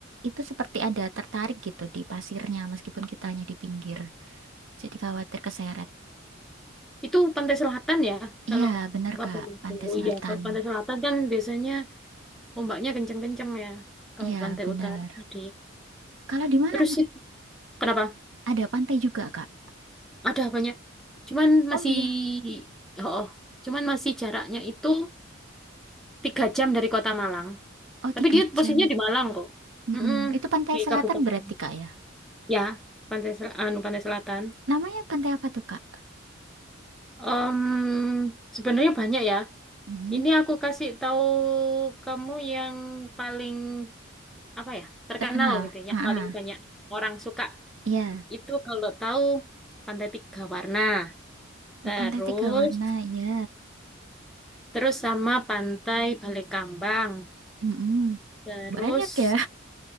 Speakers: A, on the right (about 70°); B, in the centre.
A: itu seperti ada tertarik gitu di pasirnya meskipun kitanya di pinggir. Jadi khawatir keseret.
B: Itu pantai selatan ya. Kalau
A: Iya, benar
B: Bapak
A: Kak, pantai
B: oh
A: selatan.
B: iya, kalau pantai selatan kan biasanya ombaknya kenceng-kenceng ya. Kalau
A: Iya,
B: pantai
A: benar.
B: utara tadi.
A: Kalau di Malang
B: Terus sih kenapa?
A: ada pantai juga Kak.
B: Ada banyak. Cuman
A: Oh, oh
B: masih,
A: ya,
B: oh, cuman masih jaraknya itu tiga jam dari kota Malang.
A: oh tiga
B: Tapi dia
A: jam.
B: posisinya di Malang kok.
A: Mm-mm.
B: Mm-mm,
A: Itu pantai
B: di
A: selatan
B: kabupaten.
A: berarti Kak ya.
B: Ya, pantai Sel- anu pantai selatan.
A: Namanya pantai apa tuh Kak?
B: Em, sebenarnya banyak ya.
A: Mm,
B: Ini aku kasih tahu kamu yang paling apa ya terkenal
A: Terkenal.
B: gitu,
A: Ah,
B: yang
A: ah.
B: paling banyak orang suka
A: Iya,
B: itu kalau tahu Pantai Tiga Warna. Terus,
A: pantai tiga warna. Ya,
B: Terus sama pantai Balekambang.
A: Mm-mm.
B: Terus
A: Banyak ya.